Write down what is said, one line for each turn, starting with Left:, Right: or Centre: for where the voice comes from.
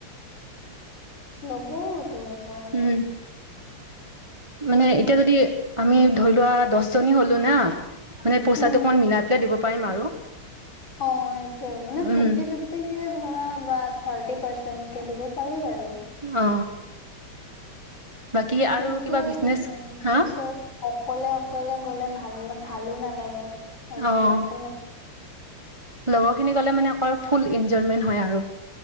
Left: ল'ব দুহেজাৰ মান
Right: উম, মানে
Left: ৰুম
Right: এতিয়া যদি আমি ধৰি লোৱা দহজনী হ'লো না। মানে পইচাটো
Left: উম
Right: অকমান মিলাই পেলাই দিব পাৰিম আৰু।
Left: অ এইটোৱে মানে ফিফটি
Right: উম,
Left: ফিফ ধৰা বা থাৰ্টি পাৰ্চেন্টকে দিব পাৰি আৰু।
Right: অ বাকী আৰু
Left: কিন্তু
Right: কিবা বিজনেচ
Left: উ
Right: হা
Left: পিছত অকলে অকলে গলে ভাল নালাগে। এনজয়মেন্টো
Right: অঁ,
Left: ন
Right: লগৰ খিনি গলে মানে আক ফুল ইঞ্জয়মেন হয় আৰু।